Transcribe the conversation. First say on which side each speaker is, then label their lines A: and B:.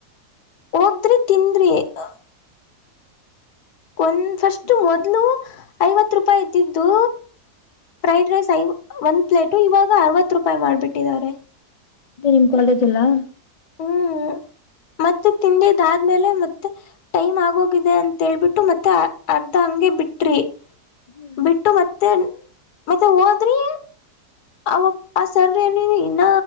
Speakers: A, on the left; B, on the left.
A: ಹೋದದ್ರಿ ತಿಂದ್ರಿ, <unintelligible> ಒಂದ ಫಸ್ಟ್ ಮೊದ್ಲು ಐವತ್ತು ರೂಪಾಯಿ ಇದ್ದಿದ್ದು ಫ್ರೈಡ್ ರೈಸ್ ಐ ಒಂದ್ ಪ್ಲೇಟು ಇವಾಗ ಅರವತ್ ರೂಪಾಯಿ ಮಾಡ್ಬಿಟ್ಟಿದ್ದಾರೆ.
B: ಆಕಿ ನಿಮ್ ಕಾಲೇಜ್ ಅಲ್ಲಾ? <unintelligible>
A: ಹ್ಮ್ ಮತ್ತೆ ತಿಂದದಾದ್ಮೇಲೆ ಮತ್ತೆ ಟೈಮ್ ಆಗೋಗಿದೆ ಅಂತ್ ಹೇಳಿಬಿಟ್ಟು ಮತ್ತೆ ಅರ್ಧ ಹಂಗೆ ಬಿಟ್ರಿ
B: ಹ್ಮ್
A: ಬಿಟ್ಟು ಮತ್ತೆ ಮತ್ತ ಹೋದ್ರಿ ಅವಪ್ಪಾ ಸರದಿನಿ ಇನ್ನ